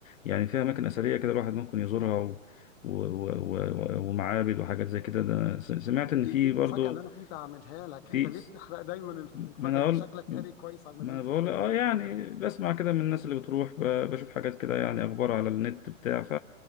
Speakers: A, on the left (about 75°); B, on the left (about 45°).
A: يعني فيها أماكن أثرية كده الواحد ممكن يزورها و... و... و... و... ومعابد وحاجات زي كده ده س- سمعت
B: دي,
A: إن في
B: دي المفاجأة
A: برضو
B: اللي انا كنت هعملها لك
A: في
B: انت ليه
A: س-
B: بتحرق دايما
A: ما
B: المفاجأة
A: أنا
B: انت
A: أقول
B: شكلك قاري كويس عن مدينة
A: ما أنا بقول
B: الفيوم
A: أه يعني بسمع كده من الناس اللي بتروح ب- بشوف حاجات كده يعني أخبار على النت بتاع ف